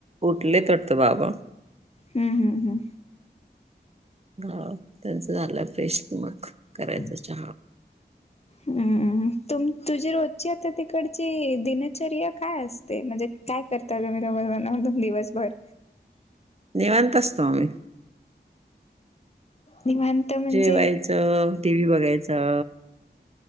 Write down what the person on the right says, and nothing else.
उठलेत वाटत बाबा.
हा त्यांचं झालं, फ्रेश कि मग करायचं
चहा.
निवांत असतो आम्ही.
जेवायचं, टी व्ही बघायचा